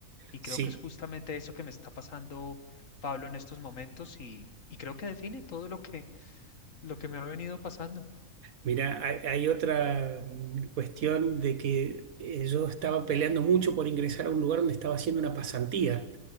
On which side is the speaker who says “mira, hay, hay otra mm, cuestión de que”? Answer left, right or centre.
Right